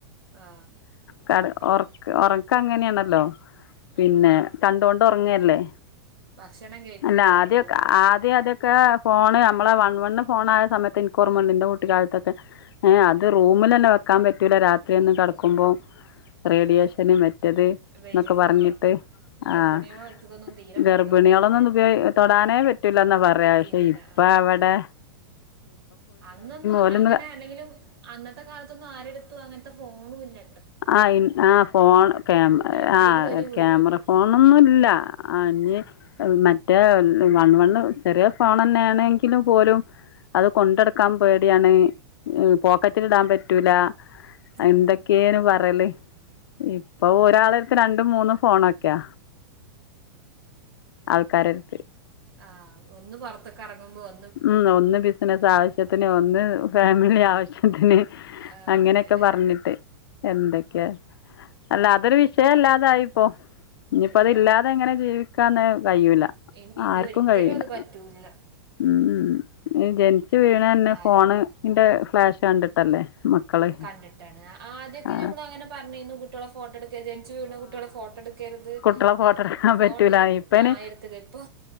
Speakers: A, on the right; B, on the left.
A: ആ
B: കട് ഒറക്ക് ഒറക്കങ്ങനേണല്ലോ പിന്നെ
A: ആ
B: കണ്ടോണ്ട് ഒറങ്ങ്യല്ലേ
A: ഭക്ഷണം കഴിക്കുമ്പോൾ
B: അല്ല ആദ്യൊക്കെ
A: അത്
B: ആദ്യം അതൊ ക്കെ ഫോണ് നമ്മളെ വൺ വണ്ണ് ഫോണായ സമയത്ത് ഇന്ക്കോർമണ്ട് ഇന്റെ കുട്ടിക്കാലത്തൊക്കെ ഏഹ് അത് റൂ മിലെന്നെ വെക്കാൻ പറ്റൂല രാത്രിയൊന്നും കട്ക്ക്മ്പം റേഡിയേഷന്
A: ആ
B: മറ്റത്
A: വരും
B: ന്നൊക്കെ പറഞ്ഞിട്ട്
A: ആ ഗർഭിണികളെ
B: ആഹ്
A: അടുത്തൊന്നും തീരെ
B: ഗർ
A: കൊണ്ടുപോകരുത്
B: ഭിണികളൊന്നും ഇത് ഉപയ്
A: ആ.
B: തൊടാനേ പറ്റൂലന്നാ പറയാ
A: പറ്റിയിരുന്നില്ല
B: പക്ഷേ ഇപ്പ
A: ആ
B: എവടെ
A: അന്നൊന്നും
B: ഓലൊന്ന്
A: അങ്ങനെ അല്ലെങ്കിലും അന്നത്തെ കാലത്തൊന്നും ആരെട്ത്തും അങ്ങത്തെ ഫോണുല്ല
B: ആഹ് ഇ ആഹ് ഫോൺ ക്യാ
A: ഇല്ല എവിടെയെങ്കിലും
B: ആഹ്
A: ഒരു
B: ഏഹ്
A: വീട്ടില്
B: ക്യാമറ ഫോണൊന്നുല്ലാ ആഹ് ഞ്ഞ്
A: ആ
B: ഏഹ് മറ്റേ വൺ വണ്ണ് ചെറിയേ ഫോണെന്നേണെങ്കിലും പോലും അത് കൊണ്ടട്ക്കാ പേടിയാണ് ഏഹ് പോ ക്കറ്റിലിടാൻ പറ്റൂല
A: ഉം.
B: എന്തൊക്കേണ് പറല് ഇപ്പൊ ഓഹ് ഒരാളട്ത്ത് രണ്ടും മൂന്നും ഫോണൊക്കെയാ ആൾക്കാരടുത്ത്
A: ആഹ് ഒന്ന് പൊർത്ത്ക്കെറങ്ങുമ്പോ ഒ
B: ഉം ഒന്ന് ബിസിനസ് ആവശ്യത്തിന് ഒന്ന് ഫാമിലി ആവശ്യ ത്തിന്
A: ആ
B: അങ്ങനെയൊക്കെ
A: അങ്ങനെ
B: പറഞ്ഞിട്ട് എന്തൊക്കെ അല്ല അതൊരു വിഷയല്ലാതായിപ്പോ ഇനിയിപ്പോ
A: ഇല്ല
B: അതി ഇല്ലാതെ എങ്ങനെ ജീവിക്കാന്ന് കഴിയൂല
A: ഇന് ഇനി
B: ആർക്കും
A: ഒരിക്കലും
B: കഴിയൂല
A: അത് പറ്റൂല്ല
B: ഉം അത്‌ ജനിച്ച് വീണെന്നെ
A: ആരും
B: ഫോണിന്റെ ഫ്ലാഷ് കണ്ടിട്ടല്ലേ മക്കള്
A: കണ്ടിട്ടാണ് അ ആദ്യൊക്കെഞമ്മളങ്ങനെ
B: ആ
A: പർഞ്ഞീന്നു കുട്ടികളെ ഫോട്ടോ എടുക്കരുത് ജനിച്ചു വീണ കുട്ടികളെ ഫോട്ടോ ടുക്കരുത്
B: കുട്ടികളെ ഫോട്ടോ
A: ഒന്നും
B: എടുക്കാൻ
A: ഫോണ്
B: പറ്റൂല
A: എടുത്
B: ഇപ്പന്
A: ആഹ് എരുത്ത്ക്ക് ഇപ്പൊ